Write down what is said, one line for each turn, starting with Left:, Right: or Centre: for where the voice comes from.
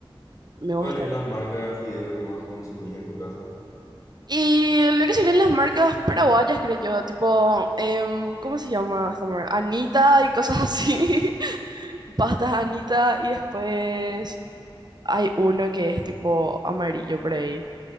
Right: Me gusta.
Left: ¿Cuál es la marca de fideo que más consumís en tu casa?
Right: Y lo que serían las marcas paraguayas, creo yo, tipo, em, ¿cómo se llama esta marca? Anita y cosas así. <laughs> Pastas Anita y después hay uno que es tipo amarillo por ahí.